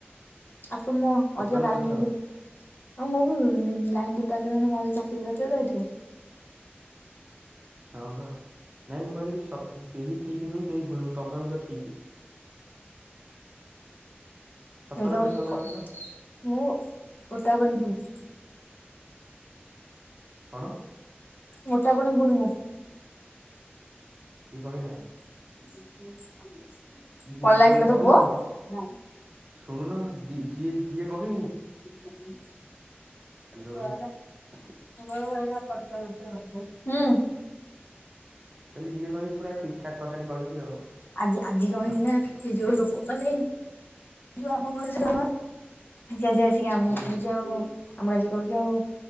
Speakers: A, on the left; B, on the right.
A: ଆପନ
B: ସତ
A: ଅଧିକା ଲାଇନ୍
B: ନା ମିଛ
A: <unintelligible> ଆଉ ନୁକି, ମୁଁ ଲାଇନ୍ ଡିପାର୍ଟମେଣ୍ଟ ମୁଁ <unintelligible> ଚାକିରି କରିିଥିବ ତ ହେଇଥିପାଇଁ।
B: ହଁ ପା, ନାଇଁ ମୁଁ କହିଲି <unintelligible> କେହି ଠିକ୍ ନୁହେଁ କି, କେହି ଭୁଲ୍ ନୁହଁ, ତମେ ହଉଚ ଠିକ୍। ସତ
A: ଏଟା
B: ନା
A: ଗୋଟେ
B: ମିଛ କଥା
A: କ,
B: କହିଲ?
A: ମୁଁ ଓଟା <unintelligible>
B: କଣ?
A: ଗୋଟାପଣି ଭୁଲ୍ ମୁଁ।
B: କିଏ କହିଲା?
A: <unintelligible>
B: ଯିଏ
A: ପଳେଇଲା
B: ଯିଏ
A: କିଲୋ
B: କହିଛି,
A: ତୋ ପୁଅ। ହୁଁ
B: ଶୁଣୁନ? ଯିଏ ଯିଏ କହିନି
A: <unintelligible>
B: ହ୍ୟାଲୋ
A: <unintelligible> ହୁଁ।
B: ମୁଁ କହିଲି ଯିଏ କହିଚି, ପୁରା ଠିକ୍ ଠାକ୍ କଥାଟି କହିଛି ଆଉ।
A: ଆଜି, ଆଜି କଣ ହେଇଚିନା, ସେଇ ଯୋଉ ଲୋକମାନେ ଯଉ ଆମ ଘର ସାଇଡ୍ ଘର, ସେ ଆଜି ଆସିକି ଆମକୁ
B: ହୁଁ
A: କହୁଚି ଆଉ ଆମକୁ ଆସିକି କହୁଚି ଆଉ,